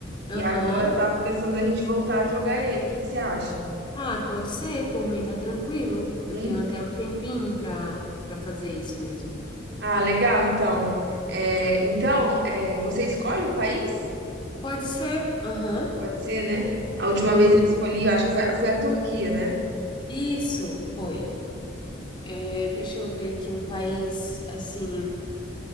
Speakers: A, on the left; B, on the right.
A: Aham.
B: E agora eu tava pensando da gente voltar a jogar ele. O que que você acha?
A: Ah, pode ser, por mim tá tranquilo. Eu
B: Sim?
A: tenho até um tempinho para para fazer isso mesmo.
B: Ah, legal, então. É, então, é, você escolhe o país?
A: Pode ser? Aham.
B: Pode ser, né? A última
A: De-
B: vez eu escolhi, eu acho que foi, foi a Turquia, né?
A: Isso foi. É, deixa eu ver aqui um país assim